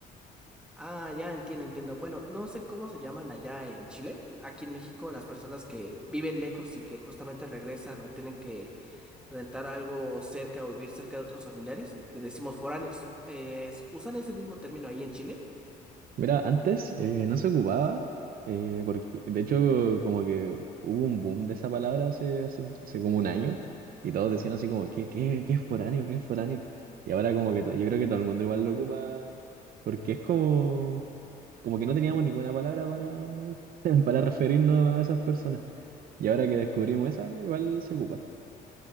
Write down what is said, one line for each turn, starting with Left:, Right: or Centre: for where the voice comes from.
Centre: Ah, ya entiendo, entiendo. Bueno, no sé cómo se llaman allá en Chile. Aquí en México, las personas que viven lejos y que justamente regresan o tienen que rentar algo cerca o vivir cerca de otros familiares, le decimos foráneos. Eh, ¿usan ese mismo término ahí en Chile?
Right: Mira, antes eh, no se ocupaba, eh, porque de hecho como que hubo un boom de esa palabra hace, hace, un- hace como un año y todos decían así como, ¿qué, qué, qué es foráneo? ¿Qué es foráneo? Y ahora como que to- yo creo que todo el mundo igual lo ocupa porque es como, como que no teníamos ninguna palabra para, <laughs> para referirnos a esas personas. Y ahora que descubrimos esa, igual se ocupa.